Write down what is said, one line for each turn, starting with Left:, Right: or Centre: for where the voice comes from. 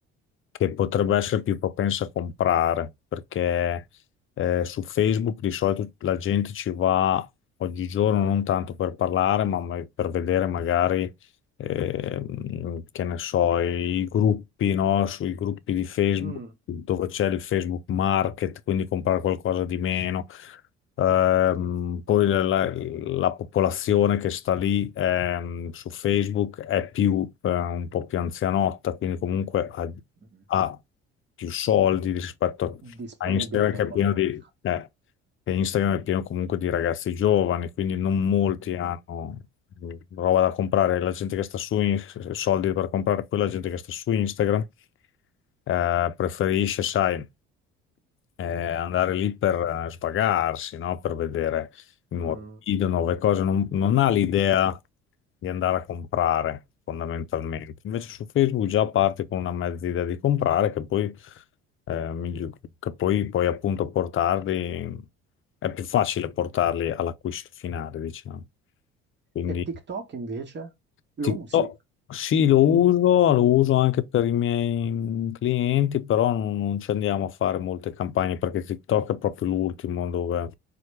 Left: che potrebbe essere più propensa a comprare, perché eh, su Facebook di solito la gente ci va oggigiorno non tanto per parlare, ma ma per vedere magari ehm, che ne so, i gruppi, no? Sui gruppi di Facebook
Right: Mm,
Left: dove c'è il Facebook Market, quindi comprare qualcosa di meno. Ehm, poi la, la- la popolazione che sta lì ehm, su Facebook è più eh, un po' più anzianotta, quindi comunque ha,
Right: mm.
Left: ha più soldi rispetto a
Right: Disponibilità
Left: a Instagram che
Right: economica.
Left: è pieno di, eh, che Instagram è pieno comunque di ragazzi giovani, quindi non molti
Right: Mm,
Left: hanno mm, roba da comprare. La gente che sta su in- soldi per comprare, poi la gente che sta su Instagram eh, preferisce, sai eh, andare lì per eh, spagarsi, no? Per vedere nuovi
Right: mm.
Left: video, nuove cose, non, non ha l'idea di andare a comprare fondamentalmente. Invece su Facebook già parti con una mezza idea di comprare che poi, eh, migli- che poi puoi appunto portarli, è più facile portarli all'acquisto finale, diciamo. Quindi
Right: E TikTok invece? Lo
Left: TikTok,
Right: usi?
Left: sì, lo uso, lo uso anche per i miei mm, clienti, però non, non ci andiamo a fare molte campagne perché TikTok è proprio l'ultimo dove